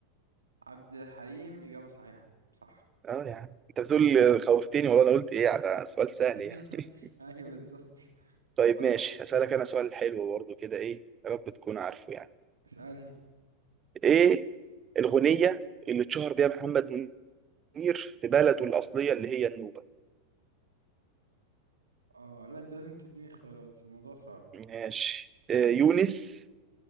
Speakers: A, on the right; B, on the right.
A: عبد الحليم إجابة صحيحة صح
B: اه يعني انت بتقول خوفتني والله انا قلت ايه على سؤال سهل
A: <laughs>
B: يعني
A: ايوه بالظبط
B: <laughs> طيب
A: طيب
B: ماشي هسألك انا سؤال حلو برضه كده ايه يا رب تكون عارفه يعني
A: اسألني
B: ايه الغنية اللي اتشهر بيها محمد منير في بلده الأصلية اللي هي النوبة
A: اه لا انت لازم تديني اختيارات الموضوع صعب
B: ماشي آه، يونس